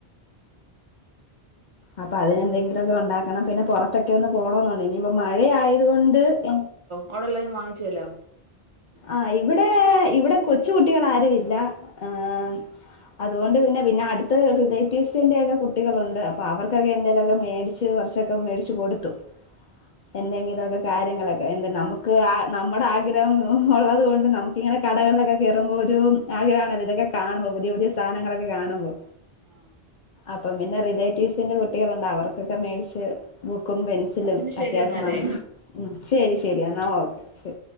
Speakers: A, on the right; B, on the left.
A: ഉം
B: അപ്പം അതിന് എന്തെങ്കിലു ഒക്കെ ഉണ്ടാക്കെണം പിന്നെ പൊറത്തൊക്കെ ഒന്ന് പോണം എന്നു ഉണ്ട് ഇനിയിപ്പം മഴ ആയെത് കൊണ്ട് എ
A: അയുടെ എല്ലാരും വാങ്ങിച്ചു എല്ലോ
B: ആഹ് ഇവടെ ഇവടെ കൊച്ചുകുട്ടികൾ ആരു ഇല്ലാ ഏഹ് അതുകൊണ്ട് പിന്നെ പിന്നെ അട്ത്ത് റിലേറ്റീവ്സിന്റെറെ ഒക്കെ കുട്ടികളുണ്ട് അപ്പ അവർക്കൊക്കെ എന്തെലും ഒക്കെ മേടി ച്ച് കൊറച്ചൊക്കെ മേടിച്ച് കൊടുത്തു. എന്തെങ്കിലു ഒക്കെ കാര്യങ്ങളൊക്കെ എന്ത് നമുക്ക് ആ നമ്മുടെ ആഗ്രഹംന്ന് ഒള്ളത് കൊണ്ട് നമുക്ക് ഇങ്ങനെ കടകളിലൊക്കെ കേറുമ്പോ ഒരു ആഗ്രഹം ആണല്ലോ ഇതൊക്കെ കാണുമ്പോ പുതിയ പുതിയ സാനങ്ങളൊക്കെ കാണുമ്പോ
A: ആഹ്
B: അപ്പം പിന്നെ റിലേറ്റീവ്സിന്റെ കുട്ടികളുണ്ട് അവർക്കൊക്കെ മേടിച്ച് ബുക്കും പെൻസിലും
A: എന്നാ പിന്നെ ശരി
B: അത്യാവശ്യം
A: എന്നാലേ
B: നമുക്ക് ഉം ശരി ശരി എന്നാ ഓക്കെ ശെ